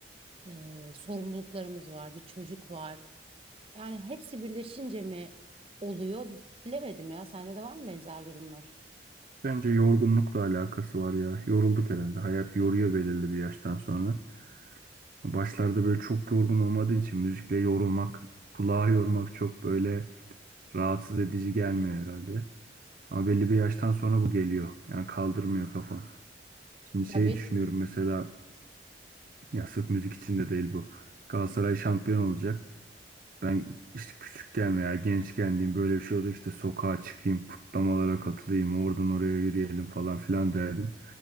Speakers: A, on the right; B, on the right.
A: E, sorumluluklarımız var, bir çocuk var. Yani hepsi birleşince mi oluyor? Bilemedim ya. Sende de var mı benzer durumlar?
B: Bence yorgunlukla alakası var ya. Yorulduk herhalde. Hayat yoruyor belirli bir yaştan sonra. Başlarda böyle çok yorgun olmadığın için müzikle yorulmak, kulağı yormak çok böyle rahatsız edici gelmiyor herhalde. Ama belli bir yaştan sonra bu geliyor. Yani kaldırmıyor kafam. Şimdi
A: Ya
B: şey
A: bir,
B: düşünüyorum mesela ya sırf müzik için de değil bu. Galatasaray şampiyon olacak. Ben işte küçükken veya gençken diyeyim böyle bir şey oldu işte sokağa çıkayım, kutlamalara katılayım, oradan oraya yürüyelim falan filan derdim.